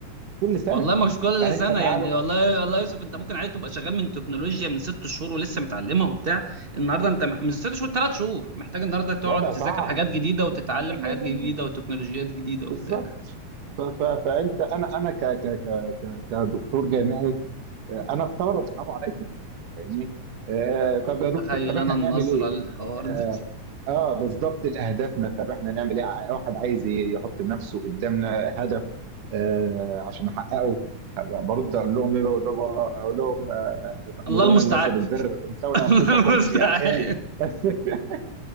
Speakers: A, on the right; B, on the right.
A: كل سنه
B: والله مش كل
A: يعني انت
B: سنه
A: تعالى
B: يعني والله والله يا يوسف انت ممكن عادي تبقى شغال من تكنولوجيا من ست شهور ولسه متعلمها وبتاع النهارده انت م- من ست شهور ثلاث شهور محتاج النهارده تقعد
A: الوضع
B: تذاكر
A: صعب
B: حاجات جديده وتتعلم
A: لا لا
B: حاجات
A: لا لا
B: جديده
A: لا.
B: وتكنولوجيات جديده وبتاع
A: بالظبط ف- ف- فانت انا انا ك ك ك ك- كدكتور جامعي آه، انا الطلبه بيصعبوا عليا فاهمني آه طب
B: أنا
A: يا
B: متخيل
A: دكتور طب احنا
B: انا النظره
A: هنعمل ايه
B: للحوار ده
A: اه,
B: <laughs>
A: آه بالظبط اهدافنا طب احنا هنعمل ايه ع- واحد عايز ي- يحط لنفسه قدامنا هدف آه عشان احققه أبقى برد اقول لهم ايه بقول لهم اقول لهم آه، تأمرون
B: الله المستعان
A: الناس بالبر وتنسون
B: <laughs>
A: انفسكم
B: الله المستعان
A: يعني ايه <laughs>